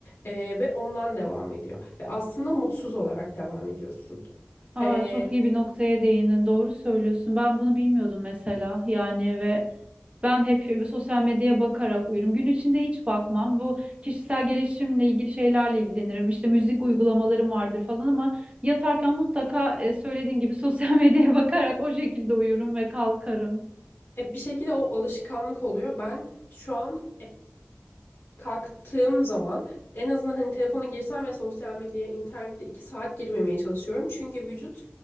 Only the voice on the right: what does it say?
Aa,
çok iyi bir noktaya değindin. Doğru söylüyorsun. Ben bunu bilmiyordum mesela. Yani ve ben hep sosyal medyaya bakarak uyurum. Gün içinde hiç bakmam. Bu kişisel gelişimle ilgili şeylerle ilgilenirim. İşte müzik uygulamalarım vardır falan ama yatarken mutlaka e, söylediğin gibi sosyal medyaya <laughs> bakarak o şekilde uyurum ve kalkarım.